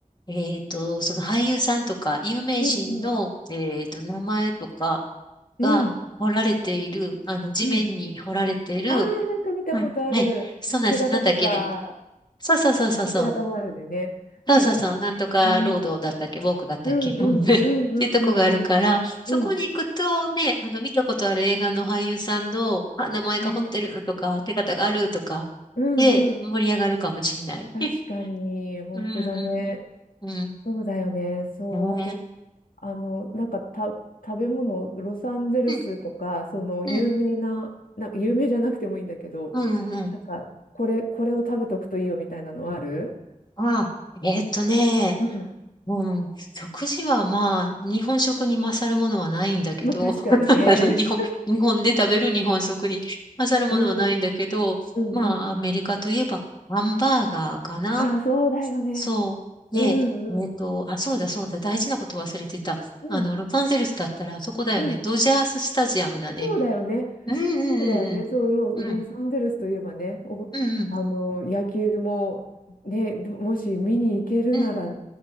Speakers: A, on the left (about 30°); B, on the left (about 85°).
A: えっと、その俳優さんとか、有名人の、
B: うんうん。
A: えっと、名前とか
B: うん。
A: が彫られている、あの、地面に彫られている、
B: うん。ああ、なんか見たことある。
A: はい、はいそうなんです。
B: 手形とか、
A: なんだっけね。そうそうそうそうそう。
B: てあれ手形もあるんだよね。
A: そうそうそう、
B: そうだよね。
A: なんとかロードだったっけ、
B: ね。
A: ウォークだったっけ、
B: うんうんうんうんうんうん。
A: うん <laughs> っていうとこがあるから、そこに行くとね、
B: うん。
A: あの、見たことある映画の俳優さんの、あ、名前が彫ってるとか、
B: ね。
A: 手形があるとか、
B: うんうん。
A: で、盛り上がるかもしんない。
B: 確かに、
A: <laughs>
B: 本当だね。
A: うんうんうん。
B: そうだよね。そう。
A: うん。
B: あと、
A: ね
B: あの、なんかた、食べ物、ロサンゼルスとか、
A: え。うん
B: その有名な、
A: うん。
B: な、有名じゃなくてもいいんだけど、
A: うんうん。
B: なんか、これ、これを食べとくといいよみたいなのある
A: あ、えーっとね、
B: うん。
A: うん、食事はまあ、日本食に勝るものはないんだけど、
B: まあ、確かにね。
A: <laughs> あの、日本、日本で食べる日本食に勝るものはないんだけど、
B: うん、うん、
A: まあ、
B: うん。
A: アメリカといえば、ハンバーガーかな。
B: あそうだよね。
A: そう。
B: うん、
A: で、
B: うん、
A: えっと、あ、そうだそうだ、大事なこと忘れてた。
B: うん、
A: あの、ロサンゼルスだったらあそこだよね。
B: うん。
A: ドジャーススタジアムだね。
B: そうだよね。
A: うんうんうん
B: そうだよね、そう、ロ、ロサンゼルスといえばね、
A: うん。うん
B: お、
A: うん
B: あの野球も、ね、もし見に行けるなら、
A: うん。うん。